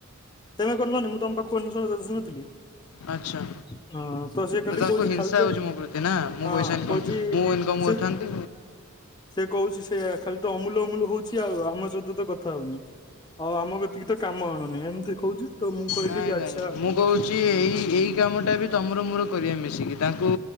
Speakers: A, on the left; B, on the left.
A: ତମେ କରଲନି ମୁଁ ତମ ପାଖକୁ <unintelligible> ନଥିଲି। ହଁ
B: ଆଚ୍ଛା
A: ତ ସେ ଖାଲି
B: ତାଙ୍କୁ
A: କହୁଛି
B: ହିଂସା
A: ଖାଲି ତ
B: ହଉଛି ମୋ ପ୍ରତି ନା ମୁଁ
A: ହଁ
B: ପଇସା ଇନକମ୍
A: କହୁଛି,
B: ମୁଁ ଇନକମ୍
A: ସେ
B: କରିଥାନ୍ତି
A: ସେ କହୁଛି ସେଇଆ ଖାଲି ତ ଅମୁଲ ଅମୁଲ ହଉଛି, ଆଉ ଆମ ସହିତ ତ କଥା ହଉନି। ଆଉ ଆମକୁ ଏତିକି ତ କାମ ଆଣୁନି, ଏମିତି କହୁଛି। ତ ମୁଁ କହିଲି
B: ନାଇଁ
A: ଆଚ୍ଛା।
B: ନାଇଁ ମୁଁ କହୁଛି ଏଇ ଏଇ କାମଟା ବି ତମର ମୋର କରିବା ମିଶିକି। ତାଙ୍କୁ